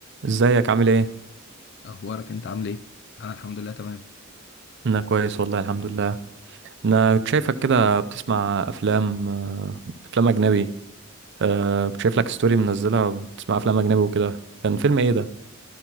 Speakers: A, on the right (about 60°); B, on the left (about 55°).
A: ازيك عامل ايه؟
B: اخبارك انت عامل ايه انا الحمد لله تمام
A: انا كويس والله الحمد لله انا كنت شايفك كده بتسمع افلام آه، افلام اجنبي أه كنت شايف لك ستوري منزلها بتسمع افلام اجنبي وكده كان فيلم ايه ده؟